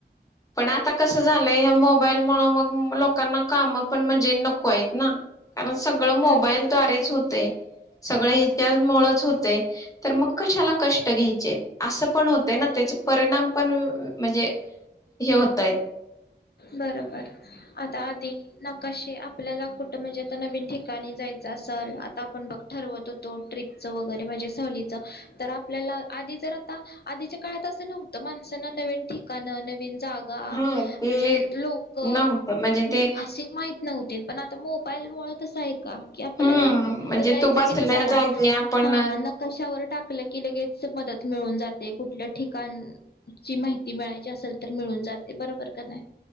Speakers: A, on the left; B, on the left.
A: पण आता कस झालंय. मोबाईल मूळ मग लोकांना काम पण म्हणजे नको आहेत ना. कारण सगळं मो.
B: हम्म
A: मोबाईल द्वारेच हो. ते. सगळे हेच्यामुळच होत. <inaudible> तर मग कशाला कष्ट घ्याय. अस पण होतय ना त्याचे परिणाम पण म्हणजे हे होतय.
B: बरोबर आता ते नकाशे आपल्याला कुठं म्हणजे. नवीन ठिकाणी जायचं असल आता आपण बघ ठरवत होतो ट्रिपच वगैरे म्हणजे सहलीच तर आपल्याला आधी तर आता आधीच्या काळात असं नव्हतं माणसाना नवीन ठिकाण नवीन. जागा.
A: हा ते
B: म्हणजे लोक
A: नव्हतं म्हणजे ते
B: असे माहिती. नव्हते पण आता मोबाईलमुळे तसं आहे. का की आपल्याला
A: हम्म
B: कुठं
A: म्हणजे
B: जायचं
A: तू बसल्या
B: की चला
A: जागी आपण
B: हा नकशावर. टाकलं की लगेच मदत मिळून जाते कुठल्या ठिकाणची माहिती मिळायची असेल तर मिळून जाते बरोबर का नाही.